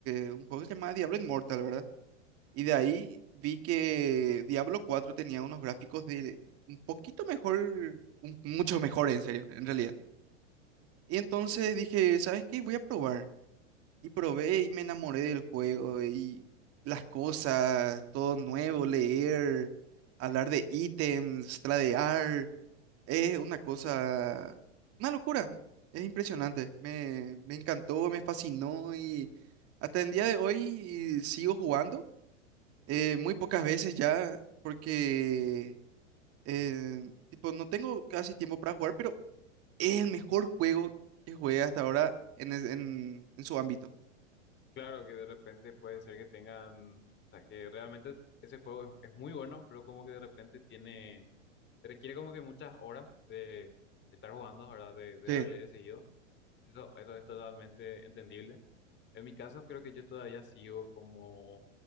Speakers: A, on the right; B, on the left.
A: eh, un juego que se llamaba Diablo Immortal, ¿verdad? Y de ahí vi que Diablo cuatro tenía unos gráficos de un poquito mejor, un- mucho mejor en serio, en realidad. Y entonces dije, ¿sabes qué? Voy a probar. Y probé y me enamoré del juego y las cosas, todo nuevo, leer, hablar de ítems, tradear. Es una cosa, una locura. Es impresionante. Me, me encantó, me fascinó y hasta el día de hoy sigo jugando. Eh, muy pocas veces ya, porque eh, tipo, no tengo casi tiempo para jugar, pero es el mejor juego que jugué hasta ahora en, es- en, en su ámbito.
B: claro que de repente puede ser que tengan, o sea, que realmente ese juego es, es muy bueno, pero como que de repente tiene, requiere como que muchas horas de, de estar jugando, ¿verdad? De, de
A: Sí.
B: darle de seguido. Eso, eso es totalmente entendible. En mi caso, creo que yo todavía sigo como